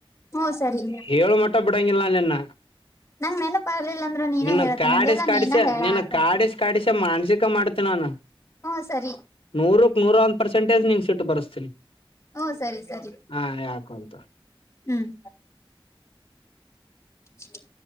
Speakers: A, on the left; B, on the left.
A: ಹ್ಮ ಸರಿ
B: ಹೇಳ ಮಟ್ಟ ಬಿಡಂಗಿಲ್ಲ ನಿನ್ನ
A: ನಂಗ್ ನೆನಪ ಆಗ್ಲಿಲ್ಲ ಅಂದ್ರ ನೀನ
B: ನಿನ್ನ
A: ಹೇಳ್ತೀನ
B: ಕಾಡಿಸಿ
A: ಅಂದೆಲ್ಲ
B: ಕಾಡಿಸಿ
A: ನೀನ ಹೇಳಾತಂತ
B: ನೀನು ಕಾಡಿಸೀನೆ ಕಾಡಿಸ ಮಾನಸಿಕ ಮಾಡ್ತೀನ ಏನ
A: ಹೂ ಸರಿ
B: ನೂರಕ್ ನೂರ ಅಂದ ಪರ್ಸೆಟೇಜ್ ನಿ ಸಿಟ್ಟು ಬರ್ಸ್ತೀನಿ
A: ಹ್ಮ ಸರಿ ಸರಿ
B: ಹಾ ಹೇಳಕುಂತು
A: ಹ್ಮ್ ಚುಚು